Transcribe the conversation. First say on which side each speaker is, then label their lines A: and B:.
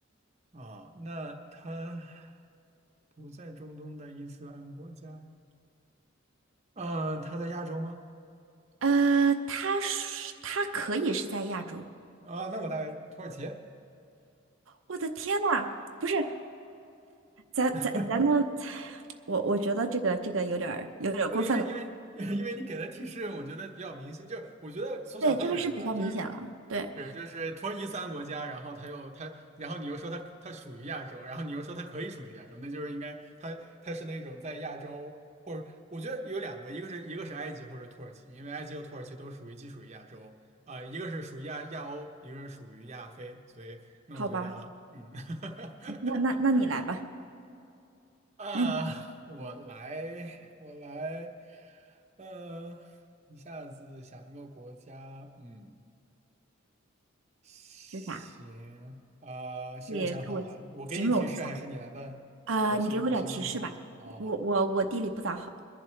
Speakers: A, on the right; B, on the right.
A: 啊，那他不在中东的伊斯兰国家，嗯，他在亚洲吗？
B: 呃，他是他可以是在亚洲。
A: 啊，那我在土耳其。
B: 我的天呐，不是，咱咱咱的，
A: <laughs>
B: 我我觉得这个这个有点儿有点儿过分了。
A: 不，因为因为 <laughs> 因为你给的提示，我觉得比较明显，就是我觉得缩小范围了吧，
B: 对，这个是比较明显了。
A: 就是
B: 对，
A: 是就是土耳其三斯兰国家，然后他又他，然后你又说他他属于亚洲，然后你又说他可以属于亚洲，那就是应该他他是那种在亚洲，或者我觉得有两个，一个是一个是埃及或者土耳其，因为埃及和土耳其都属于既属于亚洲，啊、一个是属于亚亚欧，一个是属于亚非，所以那我觉得嗯。
B: 好吧，
A: <laughs>
B: 那那那你来吧，
A: 啊，
B: 那你
A: 我来，我来，呃，一下子想一个国家，嗯，行，
B: 是啥？
A: 啊、行，
B: 你给我形容一下。
A: 我想好了，我给你提示，还是你来问？
B: 啊，
A: 哦，我形我形容一下，
B: 你给我点儿提示吧。
A: 好好好，
B: 我我我地理不咋好，